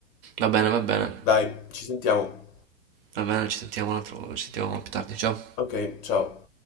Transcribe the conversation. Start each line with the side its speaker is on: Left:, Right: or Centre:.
Right: Va bene, va bene,
Left: Dai, ci sentiamo.
Right: va bene, ci sentiamo, un altro, ci sentiamo più tardi, ciao.
Left: Ok, ciao.